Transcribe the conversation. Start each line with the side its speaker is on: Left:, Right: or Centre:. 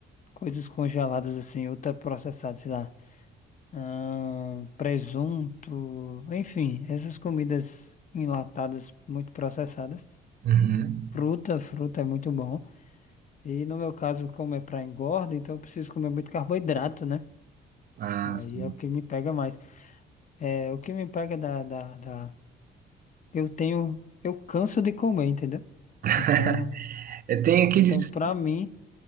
Left: Coisas congeladas, assim, ultraprocessadas, sei lá. ah, presunto, enfim, essas comidas enlatadas muito processadas.
Right: Uhum.
Left: Fruta, fruta é muito bom. E no meu caso, como é para engorda, então eu preciso comer muito carboidrato, né?
Right: Ah,
Left: E aí
Right: sim.
Left: é o que me pega mais. É, o que me pega da, da, da... Eu tenho, eu canso de comer, entendeu?
Right: <laughs>
Left: Então,
Right: É, Tem aqueles,
Left: então para mim,